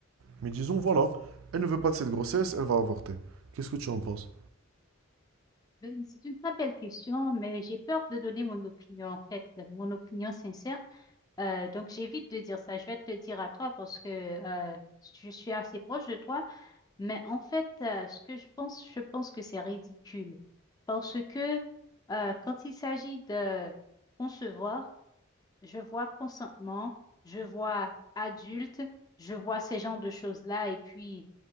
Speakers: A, on the right; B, on the left.
A: mais disons, voilà, elle ne veut pas de cette grossesse, elle va avorter. Qu'est-ce que tu en penses?
B: Ben, c'est une très belle question, mais j'ai peur de donner mon opinion, en fait, mon opinion sincère. Euh, donc j'évite de dire ça. Je vais te le dire à toi parce que euh, je suis assez proche de toi. Mais en fait, euh, ce que je pense, je pense que c'est ridicule parce que euh, quand il s'agit de concevoir, je vois consentement, je vois adulte, je vois ces genres de choses-là et puis